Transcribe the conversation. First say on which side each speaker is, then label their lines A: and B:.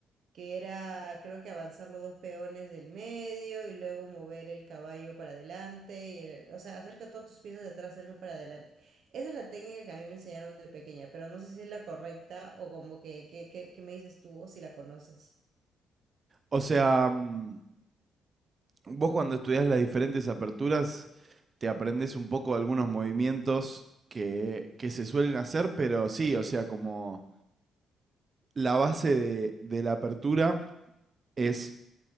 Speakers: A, on the right (about 65°); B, on the right (about 35°).
A: que era creo que avanzar los dos peones del medio y luego mover el caballo para adelante, y el- o sea, hacer que todas tus piezas de atrás salgan para adelante. Esa es la técnica que a mí me enseñaron de pequeña, pero no sé si es la correcta o como que, que, que- que me dices tú o si la conoces.
B: O sea, mm, vos cuando estudiás las diferentes aperturas, te aprendes un poco algunos movimientos que, que se suelen hacer, pero sí, o sea, como la base de, de la apertura es